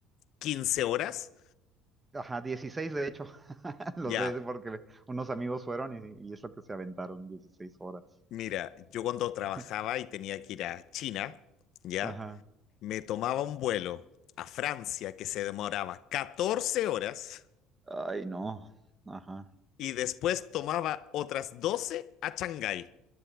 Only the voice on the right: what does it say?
Ajá, 16 de hecho. <laughs> Lo
sé porque unos amigos fueron y, y es lo que se aventaron, 16 horas.
<laughs>
Ajá.
Ay, no. Ajá.